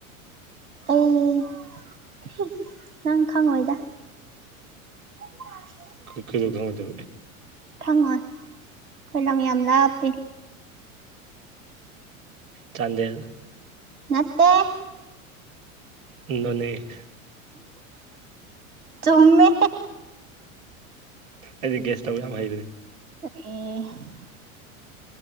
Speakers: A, on the right (about 85°); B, on the right (about 70°).
A: ꯑꯩ ꯍꯤ ꯅꯪ ꯈꯪꯉꯣꯏꯗ <inaudible>
B: ꯈꯔꯁꯨ ꯈꯪꯉꯗꯕ ꯑꯦ
A: ꯈꯪꯉꯣꯏ ꯑꯩꯈꯣꯏ ꯂꯝ ꯌꯥꯝ ꯂꯥꯞꯄꯤ
B: ꯆꯥꯟꯗꯦꯜ
A: ꯅꯠꯇꯦ
B: ꯅꯣꯅꯦ
A: ꯆꯨꯝꯃꯦ
B: ꯑꯩꯗꯤ ꯒꯦꯁ ꯇꯧꯕ ꯌꯥꯝ ꯍꯩꯕꯅꯤ
A: ꯊꯛꯑꯦ